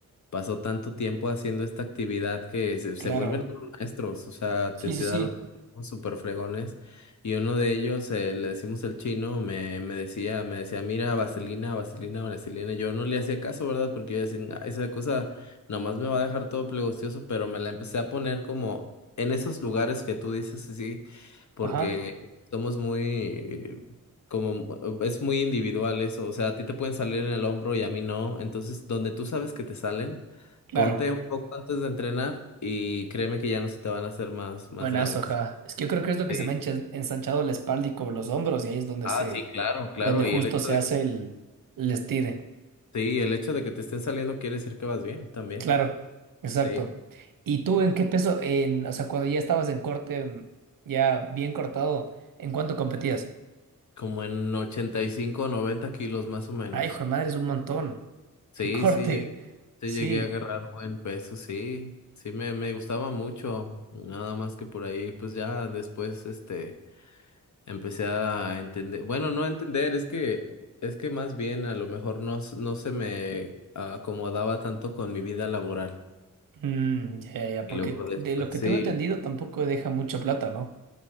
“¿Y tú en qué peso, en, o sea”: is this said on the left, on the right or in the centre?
Right